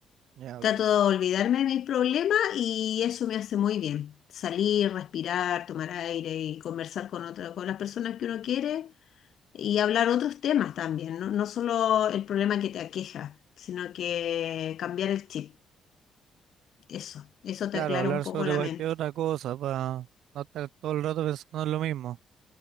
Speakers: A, on the right; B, on the left.
A: Ya,
B: Trato
A: ok.
B: de olvidarme de mis problemas y eso me hace muy bien. Salir, respirar, tomar aire y conversar con otra, con las personas que uno quiere y hablar otros temas también, no, no solo el problema que te aqueja, sino que cambiar el chip. Eso, eso te
A: Claro,
B: aclara
A: hablar
B: un poco
A: sobre
B: la
A: cualquier
B: mente.
A: otra cosa, para no estar todo el rato pensando en lo mismo.